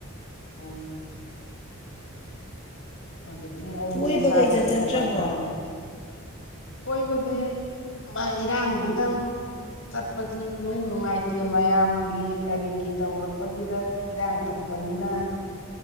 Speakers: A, on the left; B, on the left.
A: ꯑꯣ ꯍꯧꯖꯤꯛꯀꯤ ꯑꯏ
B: ꯀꯣꯏꯕꯒ
A: ꯑꯁꯥꯁꯨ
B: ꯏꯆꯠ ꯆꯠꯇ꯭ꯔꯕꯣ
A: ꯀꯃꯥꯏꯅ ꯇꯧꯔꯤꯤ ꯀꯣꯏꯕꯗꯤ ꯃꯥ ꯏꯔꯥꯡꯁꯤꯗ ꯆꯠꯄꯁꯤ ꯏꯅꯨꯡ ꯅꯨꯡꯉꯥꯏꯇꯦ ꯃꯌꯥꯝꯒꯤ ꯀꯔꯤꯒꯤ ꯇꯧꯔꯛꯄꯁꯤꯗ ꯏꯔꯥꯡ ꯊꯣꯛ ꯄꯅꯤꯅ